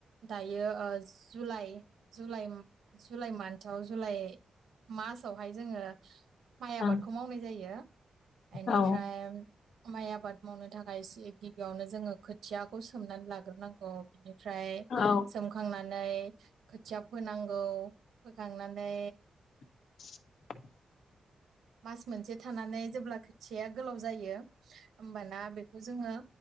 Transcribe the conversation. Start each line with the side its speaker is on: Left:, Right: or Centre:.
Right: दायो ओ जुलाइ जुलाइ जुलाइ मान्थआव जुलाइ मासावहाय जोङो माइ आबादखौ
Left: ओं
Right: मावनाय जायो बेनिफ्राय
Left: औ
Right: माइ आबाद मावनो थाखाय एसे गिबियावनो जोङो खोथियाखौ सोमनानै लाग्रोनांगौ बिनि फ्राय
Left: औ
Right: सोमखांनानै खोथिया फोनांगौ फोखांनानै
Left: <inaudible>
Right: मास मोनसे थानानै जेब्ला खोथियाया गोलाव जायो होमबाना बेखौ जोङो